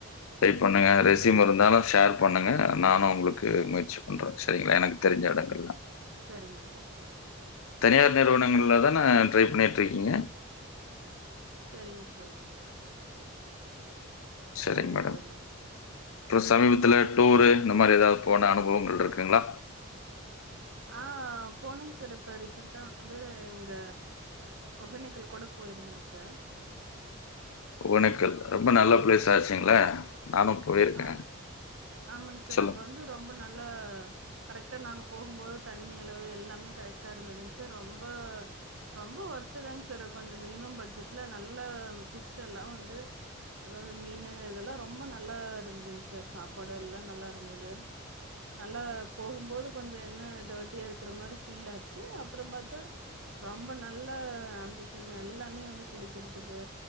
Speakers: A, on the left; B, on the right.
A: ட்ரை பண்ணுங்க ரெசிம் இருந்தாலும் ஷேர் பண்ணுங்க நானும் உங்களுக்கு முயற்சி பண்றேன் செரிங்களா எனக்கு தெரி தெரிஞ்ச இடங்கள்லாம்
B: சரிங்க சார் சரிங்க சார்,
A: தனியார் நிறுவனங்கள்ல தானே ட்ரை பண்ணிட்டு இருக்கீங்க
B: செரிங்க சார் செரிங்க
A: சரிங்க மேடம்.
B: சார்
A: அப்புறம் சமீபத்துல டூரு இந்த மாதிரி ஏதாவது போன அனுபவங்கள் இருக்குங்களா
B: ஆஹ் போனேங் சார் இப்ப ரீசென்ட்டா வந்து எங்க ஒகனேக்கல் கூட போயிருந்தேங் சார்
A: ஒகேனக்கல் ரொம்ப நல்ல ப்ளேஸ் ஆச்சுங்களே நானும் போயிருக்கேன்.
B: அஹ் ஆமாங் சார்
A: சொல்லுங்க.
B: அங்க வந்து ரொம்ப நல்ல கரெக்ட்டா நாங்க போகும் போது தண்ணி அளவு எல்லாமே கரெக்ட்டா இருந்ததுங் சார் ரொம்ப ரொம்ப ஒர்த்துதாங்க சார் கொஞ்சம் மினிமம் பட்ஜெட்ல நல்ல பிஷ் எல்லாம் வந்து அதாவது மீனு இதெல்லாம் ரொம்ப நல்லா இருந்ததுங் சார் சாப்பாடு எல்லாம் நல்லா இருந்தது நல்லா போகும்போது கொஞ்சம் என்ன டர்ட்டியா இருக்கிற மாதிரி ஃபீல் ஆச்சு அப்புறம் பாத்தா ரொம்ப நல்ல ஆம்பிஷன் எல்லாமே வந்து குளிக்கிறதுக்கு